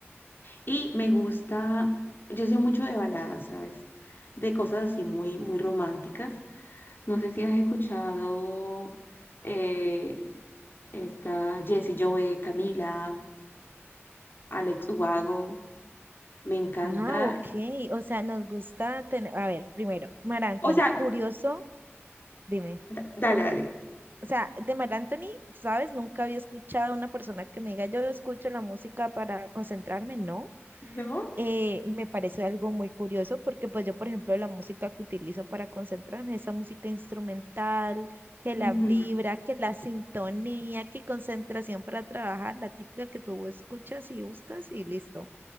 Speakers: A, on the left (about 50°); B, on the right (about 45°).
A: Y me gusta, yo sé mucho de baladas, ¿sabes? De cosas así muy, muy románticas. No sé si has escuchado eh, esta Jessie Joe, Camila, Alex Ubago. Me encanta.
B: Ah, ok. O sea, nos gusta tener. A ver, primero, Mara Anthony,
A: O sea,
B: curioso, dime.
A: da- dale, dale.
B: O sea, de Mar Anthony, ¿sabes? Nunca había escuchado a una persona que me diga, yo escucho la música para concentrarme, ¿no?
A: ¿No?
B: Eh, me parece algo muy curioso porque pues yo, por ejemplo, la música que utilizo para concentrarme, esa música instrumental, que la
A: Ujú.
B: vibra, que la sintonía, que concentración para trabajar, la típica que tú escuchas y buscas y listo.